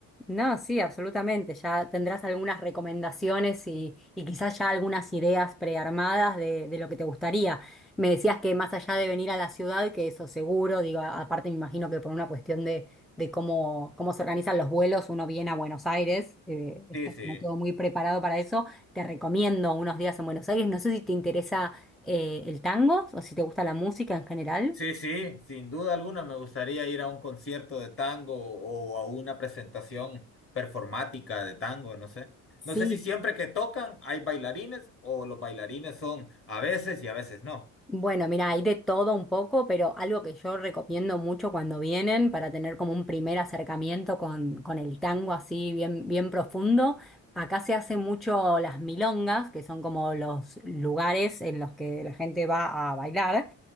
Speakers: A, in the centre; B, on the left.
A: No, sí, absolutamente. Ya tendrás algunas recomendaciones y, y quizás ya algunas ideas prearmadas de, de lo que te gustaría. Me decías que más allá de venir a la ciudad, que eso seguro, digo, a- aparte me imagino que por una cuestión de, de cómo, cómo se organizan los vuelos, uno viene a Buenos Aires, eh, está
B: Sí, sí.
A: como todo muy preparado para eso. Te recomiendo unos días en Buenos Aires. No sé si te interesa eh, el tango o si te gusta la música en general.
B: Sí, sí, sin duda alguna me gustaría ir a un concierto de tango o a una presentación performática de tango, no sé.
A: Sí,
B: No sé si siempre que tocan hay bailarines o los bailarines son a veces y a veces no.
A: Bueno, mira, hay de todo un poco, pero algo que yo recomiendo mucho cuando vienen para tener como un primer acercamiento con, con el tango así bien, bien profundo. Acá se hace mucho las milongas, que son como los lugares en los que la gente va a bailar